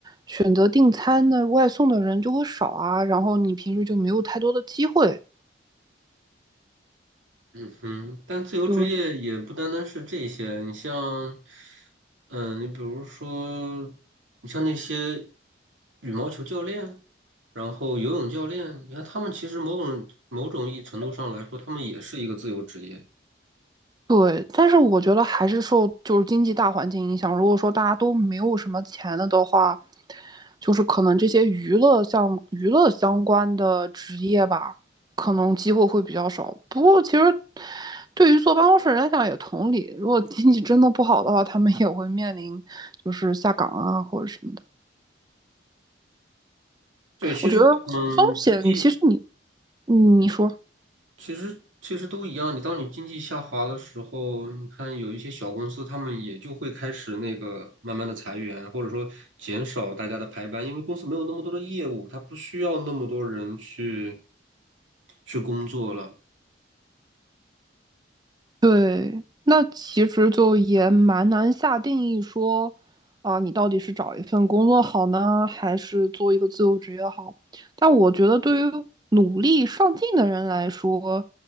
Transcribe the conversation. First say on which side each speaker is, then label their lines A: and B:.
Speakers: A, on the right; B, on the right.
A: 选择订餐的外送的人就会少啊，然后你平时就没有太多的机会。
B: 嗯哼，但自由职业也不单单是这些，
A: 对，
B: 你像，嗯，你比如说，你像那些羽毛球教练，然后游泳教练，你看他们其实某种某种意义程度上来说，他们也是一个自由职业。
A: 对，但是我觉得还是受就是经济大环境影响。如果说大家都没有什么钱了的话，就是可能这些娱乐项娱乐相关的职业吧，可能机会会比较少。不过其实对于坐办公室人来讲也同理，如果经济真的不好的话，他们也会面临就是下岗啊或者什么的。
B: 对，其实，
A: 我觉得风险其实你，
B: 嗯，经济
A: 嗯，你说。
B: 其实其实都一样，你当你经济下滑的时候，你看有一些小公司，他们也就会开始那个慢慢的裁员，或者说减少大家的排班，因为公司没有那么多的业务，他不需要那么多人去去工作了。
A: 对，那其实就也蛮难下定义说，啊、你到底是找一份工作好呢，还是做一个自由职业好？但我觉得，对于努力上进的人来说，